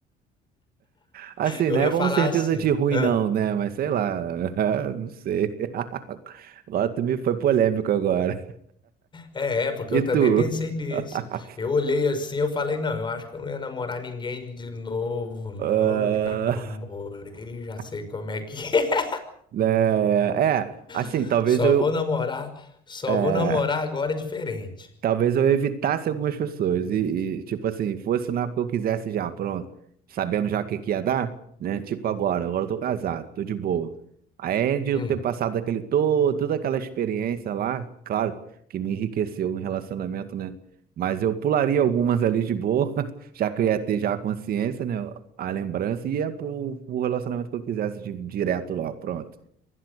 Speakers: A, on the right; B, on the left.
A: Assim,
B: Eu
A: não
B: ia
A: é com
B: falar
A: certeza
B: assim,
A: de ruim,
B: "Hã?
A: não, né? Mas sei lá, <laughs> não sei. <laughs> Agora tu me foi polêmico agora.
B: é, é, porque
A: E
B: eu também
A: tu?
B: pensei nisso.
A: <laughs>
B: Eu olhei assim, eu falei, não, eu acho que eu não ia namorar ninguém de novo, não.
A: Ah,
B: Já namorei, já sei
A: <laughs>
B: como é que é.
A: né, É, assim,
B: <laughs>
A: talvez
B: Só
A: eu.
B: vou namorar, só
A: é,
B: vou namorar agora diferente.
A: Talvez eu evitasse algumas pessoas e, e, tipo assim, fosse na época que eu quisesse já, pronto, sabendo já o que que ia dar, né? Tipo agora, agora eu tô casado, tô de boa. Aí de
B: Hum,
A: eu ter passado aquele todo, toda aquela experiência lá, claro que me enriqueceu no relacionamento, né? Mas eu pularia algumas ali de boa, <laughs> já que eu ia ter já a consciência, né? A lembrança e ia pro, pro relacionamento que eu quisesse de- direto lá, pronto.